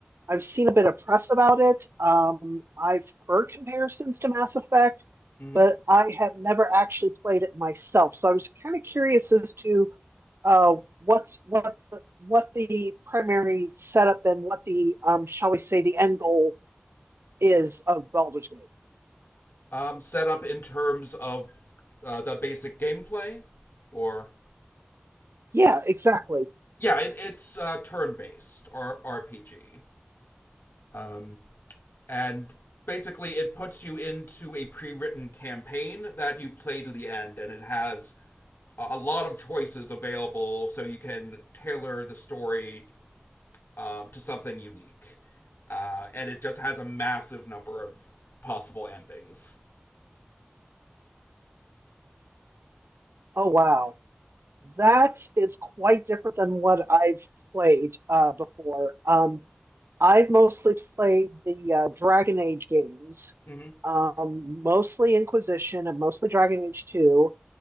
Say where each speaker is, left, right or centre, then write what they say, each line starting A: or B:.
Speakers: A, on the right; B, on the left.
A: I've seen a bit of press about it. Um, I've heard comparisons to Mass Effect,
B: Mm-hmm.
A: but I have never actually played it myself. So I was kind of curious as to uh, what's what the, what the primary setup and what the um, shall we say the end goal is of Baldur's Gate.
B: Um, set up in terms of uh, the basic gameplay? Or.
A: Yeah, exactly.
B: Yeah, it, it's uh, turn based, or RPG. Um, and basically, it puts you into a pre written campaign that you play to the end, and it has a lot of choices available so you can tailor the story uh, to something unique. Uh, and it just has a massive number of possible endings.
A: Oh wow. That is quite different than what I've played uh, before. Um, I've mostly played the uh, Dragon Age games,
B: Mhm.
A: um, mostly Inquisition and mostly Dragon Age 2.